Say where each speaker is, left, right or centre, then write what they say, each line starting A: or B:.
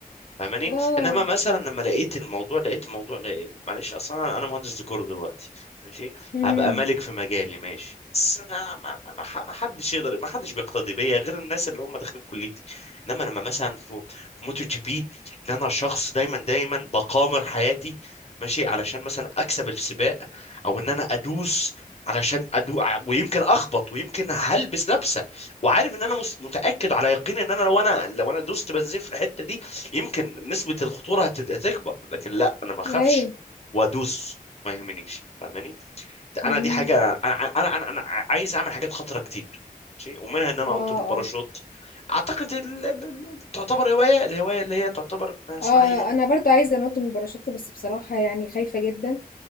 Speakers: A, on the left (about 40°); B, on the left (about 65°).
A: فاهماني
B: اه
A: انما مثلا لما لقيت الموضوع لقيت الموضوع لقيت معلش اصلا انا أنا مهندس ديكور دلوقتي ماشي
B: مهم.
A: هبقى ملك في مجالي ماشي بس أنا- ما ما ما ح- ما حدش يقدر ما حدش بيقتدي بيا غير الناس اللي هم داخلين كليتي انما لما مثلا في في موتو جي بي ان انا شخص دايما دايما بقامر حياتي ماشي علشان مثلا اكسب السباق او ان انا ادوس علشان ادوق ويمكن اخبط ويمكن هلبس لبسه وعارف ان انا مس- متاكد على يقين ان انا لو انا لو انا دوست بنزين في الحته دي يمكن نسبة الخطورة هتد- هتكبر لكن لا انا ما اخافش
B: أيوه
A: وادوس ما يهمنيش فاهماني
B: مهم.
A: انا دي حاجة انا انا انا, أنا, أنا عايز اعمل حاجات خطرة كتير ماشي ومنها ان انا
B: اه
A: انط بالباراشوت
B: اه
A: اعتقد ال... ال... ال- تعتبر هواية الهواية اللي هي تعتبر اسمها
B: اه
A: ايه
B: أنا برضو عايزة أنط من الباراشوت بس بصراحة يعني خايفة جدا